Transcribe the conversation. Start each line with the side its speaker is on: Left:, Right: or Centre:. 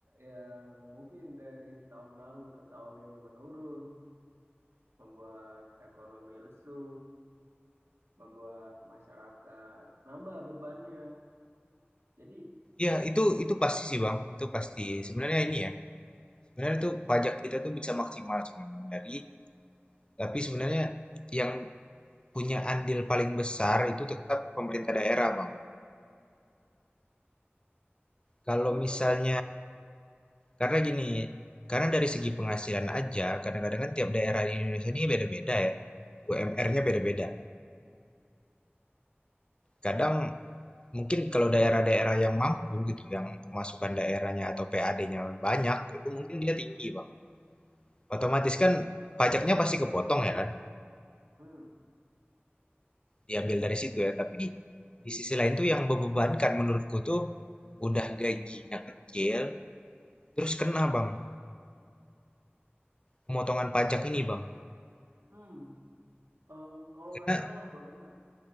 Right: yang mungkin dari tahun lalu ke tahun ini menurun, membuat ekonomi lesu, membuat masyarakat nambah bebannya. Jadi,
Left: ya itu itu pasti sih bang, itu pasti. Sebenarnya ini ya, sebenarnya tuh pajak kita tuh bisa maksimal sebenarnya Bang. dari, tapi sebenarnya yang punya andil paling besar itu tetap pemerintah daerah bang. Kalau
Right: kenapa
Left: misalnya
Right: gitu, Bang?
Left: Karena gini, karena dari segi penghasilan aja, kadang-kadang kan tiap daerah di Indonesia ini beda-beda ya. UMR-nya beda-beda. Kadang mungkin kalau daerah-daerah yang mampu gitu, yang pemasukan daerahnya atau PAD-nya banyak, itu mungkin dia tinggi, Bang. Otomatis kan pajaknya pasti kepotong ya kan,
Right: Hmm.
Left: diambil dari situ ya. Tapi di sisi lain tuh yang membebankan menurutku tuh udah gajinya kecil, terus kena, Bang, pemotongan pajak ini, Bang.
Right: Hmm. Em, kalau nggak
Left: karena
Right: salah, Bang, ya,